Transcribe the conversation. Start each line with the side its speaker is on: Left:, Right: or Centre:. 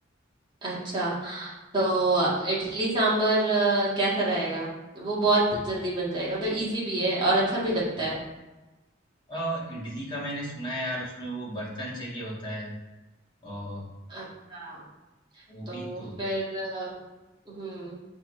Right: अच्छा तो इडली सांबर अ, कैसा रहेगा वो बहुत जल्दी बन जाएगा मतलब इजी भी है और अच्छा भी लगता है
Left: अ, इडली का मैंने सुना है यार उसमें वो बर्तन चाहिए होता है और
Right: अच्छा
Left: वो
Right: तो
Left: भी तो
Right: फिर अ, हम्म